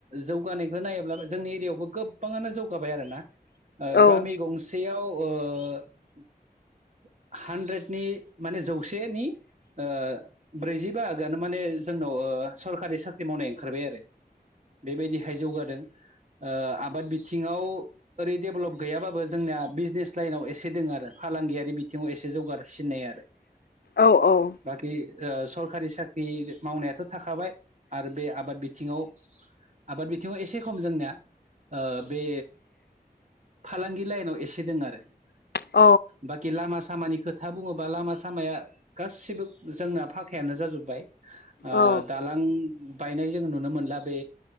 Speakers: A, on the right; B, on the left.
A: जौगानाय होननायोब्ला जोंनि एरियायावबो गोबाङानो जौगाबाय आरोना ओ
B: औ
A: गामि गंसेयाव ओ ओ हानद्रेदनि माने जौसेनि। ओ ब्रैजि बाहागो आनो माने जोंनाव ओ सरखारि साख्रि मावनाय ओंखारबाय आरो। बेबायदिहाय जौगादों। ओ आबाद बिथिङाव ओरै डेभेलप गैयाबाबो जोंनिया बिजनेस लाइनाव एसे दोङो आरो। फालांगियारि बिथिङाव एसे जौगारसिननाय आरो।
B: औ औ।
A: बाखि ओ सरखारि साख्रि मावनायाथ' थाखाबाय। आरो बे आबाद बिथिङाव। आबाद बिथिङाव एसे खम जोंनिया ओ बे फालांगि लाइनाव एसे दों आरो
B: औ
A: बाखि लामा सामानि खोथा बुङोबा लामा सामाया गासिबो जोंना फाखायानो जाजोब्बाय। ओ
B: उम औ
A: दालां बायनाय जों नुनो मोनला बे